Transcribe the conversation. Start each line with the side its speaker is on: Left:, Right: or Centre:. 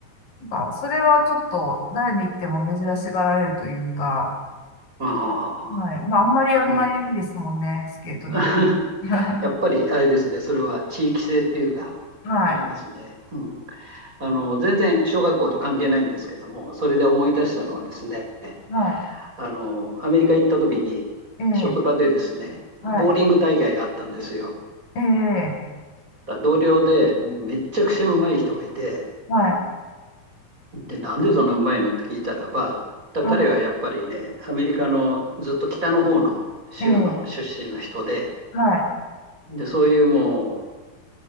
Left: なんか、それはちょっと誰に言っても珍しがられるというか、
Right: あははは。
Left: はい。まあ、あんまりやんないですもんね、
Right: うん。
Left: スケートなんて。
Right: <laughs>
Left: <laughs>
Right: やっぱりあれですね、それは地域性っていうか、
Left: はい。
Right: ありますね。うん、あの全然小学校と関係ないんですけども、それで思い出したのはですね、
Left: は
Right: あのアメリカ行った時に、
Left: い。ええ、
Right: 職場でですね、ボーリング大会があったんですよ。
Left: はい。ええ、
Right: だ同僚でもうめっちゃくちゃうまい人がいて、
Left: はい。
Right: で、なんでそんなうまいのって聞いたらば、だ彼はやっぱりね、
Left: は
Right: アメリカのずっと北の方の州の出身の人で、
Left: い。ええ、はい。
Right: で、そういうも